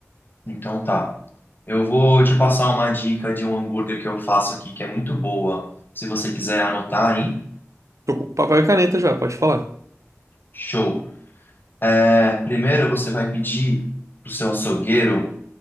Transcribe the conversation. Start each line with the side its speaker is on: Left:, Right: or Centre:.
Left: Então tá. Eu vou te passar uma dica de um hambúrguer que eu faço aqui que é muito boa. Se você quiser anotar, hein?
Right: Tô com papel e caneta já, pode falar.
Left: Show! É, primeiro você vai pedir pro seu açougueiro